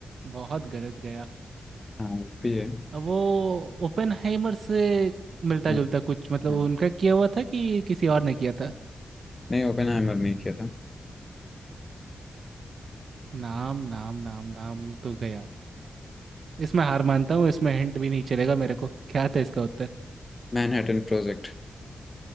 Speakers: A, on the right; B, on the left.
A: बहुत गलत गया
B: हाँ भी है
A: अब वो ओपेनहाइमर से मिलता
B: हाँ,
A: जुलता कुछ मतलब
B: हाँ।
A: उनका किया हुआ था कि किसी और ने किया था
B: नहीं ओपेनहाइमर नहीं किया था
A: नाम नाम नाम नाम तो गया इसमें हार मानता हूँ इसमें हिंट भी नहीं चलेगा मेरे को क्या था इसका उत्तर
B: Manhattan project